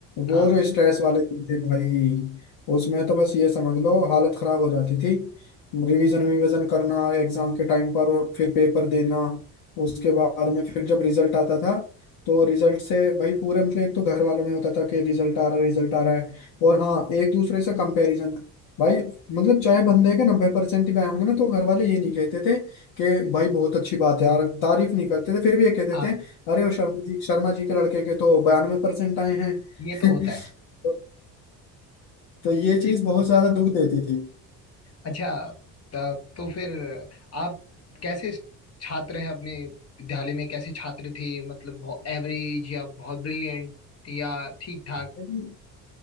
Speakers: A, on the left; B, on the left.
A: वो
B: हाँ
A: जो स्ट्रेस वाले दिन थे भाई उसमें तो बस ये समझ लो हालत खराब हो जाती थी रिवीजन रिवीजन करना एग्जाम के टाइम पर और फिर पेपर देना उसके बाद में फिर जब रिजल्ट आता था तो रिजल्ट से भाई पूरे मतलब एक तो घर वालों में होता था कि रिजल्ट आ रहा है रिजल्ट आ रहा है और हाँ एक दूसरे से कंपैरिजन भाई मतलब चाहे बंदे के नब्बे परसेंट भी आए होंगे ना तो घर वाले ये नहीं कहते थे कि भाई बहुत अच्छी बात है यार तारीफ नहीं करते थे फिर भी ये कहते
B: हाँ
A: थे अरे वो शर्मा जी शर्मा जी के लड़के के तो बयानवे परसेंट आए हैं
B: ये
A: <laughs>
B: तो होता है
A: तो, तो ये चीज
B: ये तो
A: बहुत
B: होता
A: ज्यादा
B: है
A: दुख देती थी
B: अच्छा तब तो फिर आप कैसे छात्र हैं अपने विद्यालय में कैसे छात्र थे मतलब एवरेज या बहुत ब्रिलियंट या ठीक ठाक
A: लेकिन